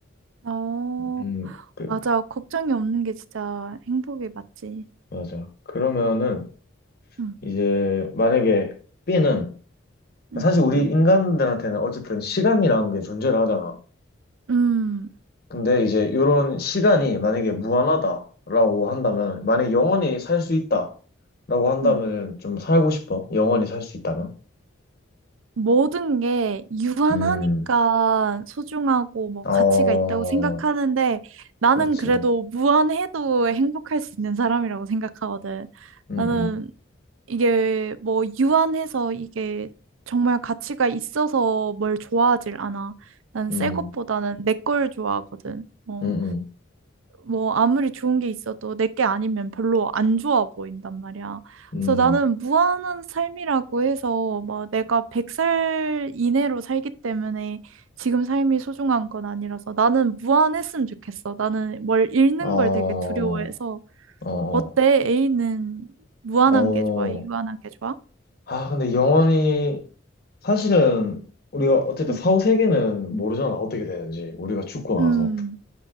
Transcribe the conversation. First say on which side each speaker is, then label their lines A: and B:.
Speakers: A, on the right (about 80°); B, on the left (about 50°).
A: 어,
B: 음, 그,
A: 맞아. 걱정이 없는 게 진짜 행복이 맞지.
B: 맞아. 그러면은
A: 음,
B: 이제 만약에 B는
A: 음,
B: 사실 우리 인간들한테는 어쨌든 시간이라는 게 존재를 하잖아.
A: 음,
B: 근데 이제 이런 시간이 만약에 무한하다라고 한다면, 만약에 영원히 살 수 있다라고 한다면
A: 음.
B: 좀 살고 싶어? 영원히 살 수 있다면?
A: 모든 게 유한하니까
B: 음,
A: 소중하고 뭐
B: 어,
A: 가치가 있다고 생각하는데 나는
B: 그렇지.
A: 그래도 무한해도 행복할 수 있는 사람이라고 생각하거든.
B: 음,
A: 나는
B: 음,
A: 이게 뭐 유한해서 이게 정말 가치가 있어서 뭘 좋아하질 않아. 난
B: 음,
A: 새 것보다는 내 걸 좋아하거든. 어
B: 음,
A: 뭐 아무리 좋은 게 있어도 내 게 아니면 별로 안 좋아 보인단 말이야.
B: 음, 음.
A: 그래서 나는 무한한 삶이라고 해서 막 내가 100살 이내로 살기 때문에 지금 삶이 소중한 건 아니라서 나는 무한했으면 좋겠어. 나는 뭘 잃는
B: 어, 어,
A: 걸 되게 두려워해서
B: 어,
A: 어때? A는 무한한
B: 어.
A: 게 좋아? 유한한 게 좋아?
B: 아, 근데 영원히, 사실은 우리가 어쨌든
A: 음.
B: 사후 세계는 모르잖아. 어떻게 되는지. 우리가 죽고
A: 음.
B: 나서.